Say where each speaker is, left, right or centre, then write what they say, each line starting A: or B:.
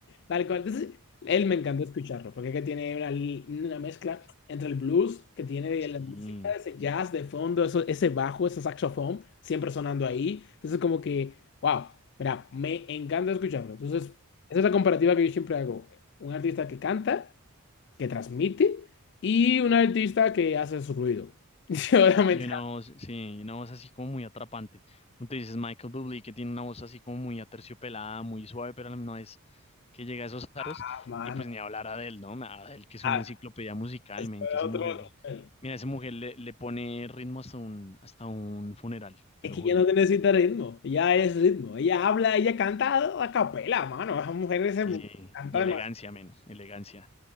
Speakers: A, on the left; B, on the left.
A: Tal cual. Entonces, él me encantó escucharlo, porque es que tiene una, li- una mezcla entre el blues que tiene de
B: Sí,
A: la música, ese jazz de fondo, eso, ese bajo, ese saxofón, siempre sonando ahí. Entonces, como que, wow, mira, me encanta escucharlo. Entonces, esa es la comparativa que yo siempre hago. Un artista que canta que transmite y un artista que hace su ruido. <laughs> Yo realmente,
B: y una voz, sí, una voz así como muy atrapante. Como te dices, Michael Bublé, que tiene una voz así como muy aterciopelada, muy suave, pero no es que llega a esos aros.
A: ah, mano,
B: Y pues ni hablar a Adele, ¿no? Adele, que es
A: ah,
B: una enciclopedia musical,
A: eso
B: men, que
A: es
B: esa
A: otro
B: mujer,
A: nivel.
B: mira, esa mujer le, le pone ritmo hasta un, hasta un funeral, te
A: Es
B: lo
A: que
B: juro.
A: ella no te necesita ritmo, ella es ritmo, ella habla, ella canta a capela, mano, esa mujer se
B: Sí,
A: canta
B: y
A: demasiado.
B: elegancia, men, elegancia.